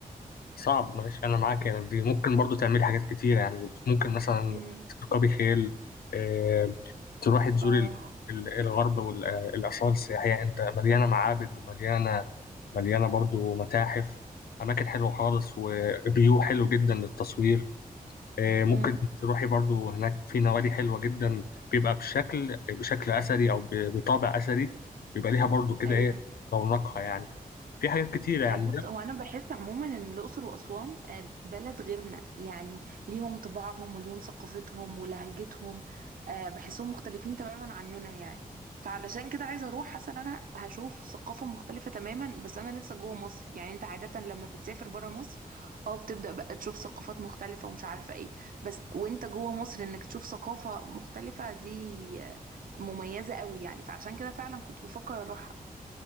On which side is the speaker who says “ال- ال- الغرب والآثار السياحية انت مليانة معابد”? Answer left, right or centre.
Left